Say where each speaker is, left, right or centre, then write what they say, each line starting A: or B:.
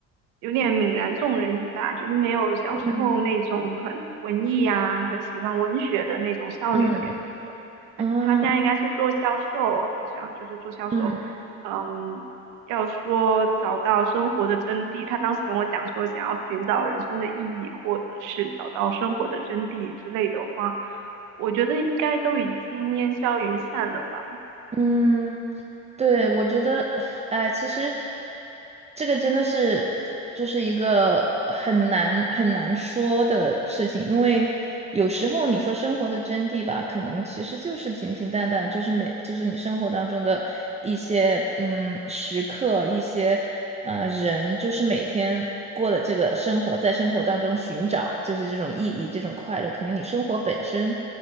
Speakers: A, on the right; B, on the right.
A: 有点泯然众人矣吧，就是没有小时候那种很文艺呀、
B: 嗯
A: 很喜欢文学的那种少女的感觉了。
B: 嗯嗯
A: 他他现在应该是做销售，好像就是做销售，
B: 嗯。
A: 嗯。要说找到生活的真谛，他当时跟我讲说，想要寻找人生的意义，或者是找到生活的真谛之类的话，我觉得应该都已经烟消云散了吧。
B: 嗯，对，我觉得，哎，其实这个真的是就是一个很难很难说的事情，因为有时候你说生活的真谛吧，可能其实就是平平淡淡，就是每就是你生活当中的一些嗯时刻，一些呃人，就是每天过的这个生活，在生活当中寻找就是这种意义，这种快乐，可能你生活本身